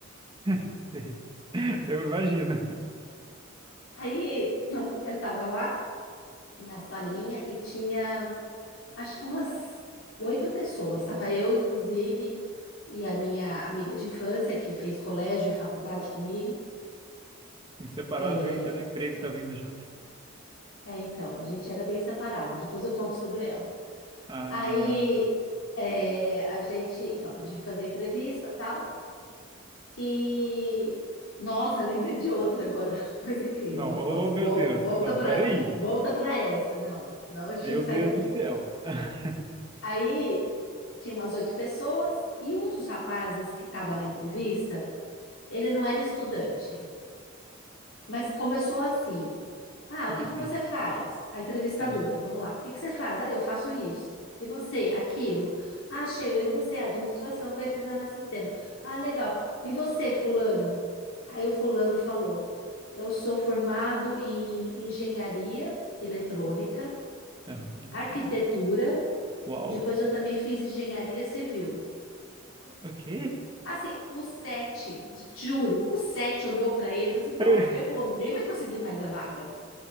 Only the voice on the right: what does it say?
<laughs> Eu imagino.
Inseparável,
hein? Até no emprego tá vindo junto.
Ah,
não,
oh
meu
Deus.
Não,
peraí.
Meu
Deus
do céu. <laughs>
Como
assim?
Ah,
ah,
ah, uau.
O quê?
<laughs>